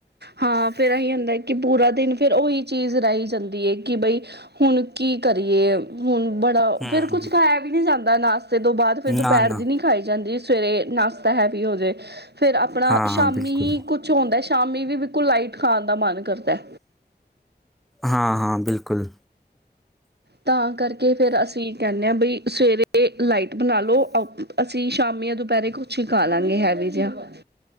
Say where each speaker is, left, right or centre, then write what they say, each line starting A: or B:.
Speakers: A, on the right; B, in the centre.
A: ਹਾਂ, ਫੇਰ ਆਈ ਹੁੰਦਾ ਕਿ ਪੂਰਾ ਦਿਨ ਫੇਰ ਉਹੀ ਚੀਜ਼ ਰਹੀ ਜਾਂਦੀ ਐ ਕੀ ਬਈ ਹੁਣ ਕੀ ਕਰੀਏ? ਹੁਣ ਬੜਾ
B: ਹਮ
A: ਫੇਰ ਕੁੱਝ ਖਾਇਆ ਵੀ ਨੀ ਜਾਂਦਾ ਨਾਸ਼ਤੇ ਤੋਂ ਬਾਅਦ ਫੇਰ ਦੁਪਹਿਰ
B: ਨਾ ਨਾ
A: ਦੀ ਨੀ ਖਾਈ ਜਾਂਦੀ ਸਵੇਰੇ ਨਾਸ਼ਤਾ ਹੈਵੀ ਹੋਜੇ ਫੇਰ ਆਪਣਾ
B: ਹਾਂ
A: ਸ਼ਾਮੀ
B: ਹਾਂ ਬਿਲਕੁਲ
A: ਕੁਛ ਹੁੰਦਾ ਏ ਸ਼ਾਮੀ ਵੀ ਬਿਲਕੁਲ ਲਾਈਟ ਖਾਣ ਦਾ ਮਨ ਕਰਦੈ।
B: ਹਾਂ-ਹਾਂ, ਬਿਲਕੁਲ।
A: ਤਾਂ ਕਰਕੇ ਫੇਰ ਅਸੀਂ ਕਹਿੰਨੇ ਹਾਂ ਬਈ ਸਵੇਰੇ ਤੇ ਲਾਈਟ ਬਣਾ ਲੋ ਅ ਅਸੀ ਸ਼ਾਮੀ ਜਾ ਦੁਪਹਿਰੇ ਕੁਛ ਖਾ ਲਾਂਗੇ ਹੈਵੀ ਜਿਹਾ।